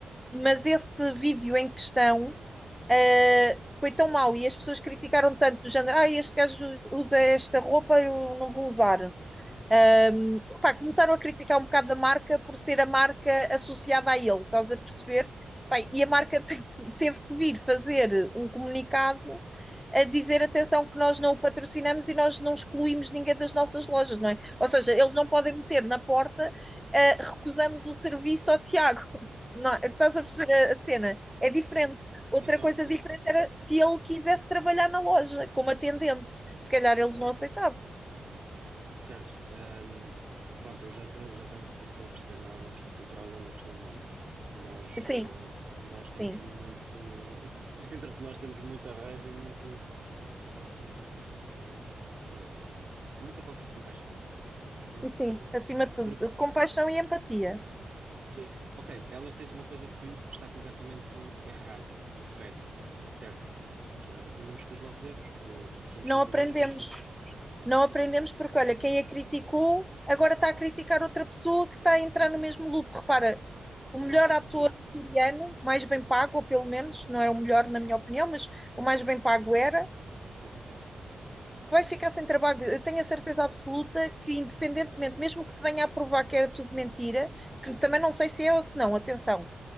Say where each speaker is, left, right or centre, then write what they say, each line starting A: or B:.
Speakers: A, in the centre; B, on the right.
A: mas esse vídeo em questão, Uh, foi tão mau e as pessoas criticaram tanto do género, ah, este gajo usa esta roupa, eu não vou usar. Um, pá, começaram a criticar um bocado da marca por ser a marca associada a ele, estás a perceber? Pá, e a marca <laughs> te- teve que vir fazer um comunicado a dizer atenção que nós não o patrocinamos e nós não excluímos ninguém das nossas lojas, não é? Ou seja, eles não podem meter na porta eh, recusamos o serviço ao Tiago. <laughs> Não,
B: Ok.
A: estás a perceber a, a cena? É diferente.
B: Ent-
A: Outra
B: Então,
A: coisa
B: en-
A: diferente era se ele quisesse trabalhar na loja como atendente. Se calhar
B: certo.
A: eles não aceitavam.
B: Certo. Ahm, pronto, eu já estou já estou em- então a perceber, não é uma questão cultural, é uma questão humana. Nós, eh,
A: Sim,
B: nós temos
A: sim.
B: muito, <laughs> dentro de nós temos muita raiva e muito, ahm, sei lá, muita falta de compaixão, muito
A: E sim,
B: sinceramente.
A: acima de tudo,
B: Porque,
A: compaixão e empatia.
B: sim, ok, ela fez uma coisa que está completamente errado, incorreto, certo. Mas nós aprendemos com os nossos erros. Eh, somos
A: Não
B: todos
A: aprendemos.
B: humanos, nós todos...
A: Não aprendemos porque, olha, quem a criticou agora está a criticar outra pessoa que está a entrar no mesmo loop. Repara, o
B: Lá
A: melhor
B: está.
A: ator coreano, mais bem pago, ou pelo menos, não é o melhor na minha opinião, mas o mais bem pago era,
B: Uhum.
A: vai ficar sem trabalho. Eu tenho a certeza absoluta que, independentemente, mesmo que se venha a provar que era tudo mentira, que também não sei se é ou se não, atenção,